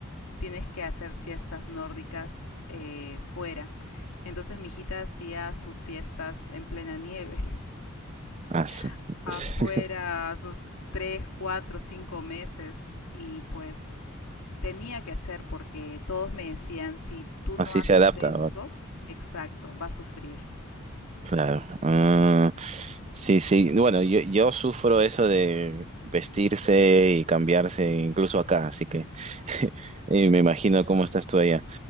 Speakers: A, on the left; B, on the right.
A: tienes que hacer siestas nórdicas eh, fuera. Entonces mi hijita hacía sus siestas en plena nieve,
B: ah, su-
A: <laughs> afuera,
B: <laughs>
A: a sus 3 4 5 meses. Y pues tenía que hacer porque todos me decían, si tú
B: Así
A: no haces
B: se adapta.
A: esto, exacto, va a sufrir.
B: Claro. Ah, sí, sí. Bueno, yo, yo sufro eso de vestirse y cambiarse, incluso acá, así que <laughs> eh, me imagino cómo estás tú allá.